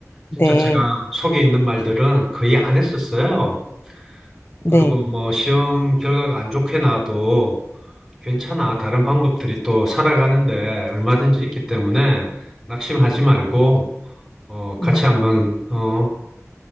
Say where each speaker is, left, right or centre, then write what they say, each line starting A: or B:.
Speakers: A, in the centre; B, on the left (about 45°).
A: 진짜
B: 네,
A: 제가 속에 있는 말들은 거의 안 했었어요.
B: 네,
A: 그리고 뭐 시험 결과가 안 좋게 나와도 괜찮아. 다른 방법들이 또 살아가는데 얼마든지 있기 때문에 낙심하지 말고 어,
B: 네,
A: 같이 한번 어,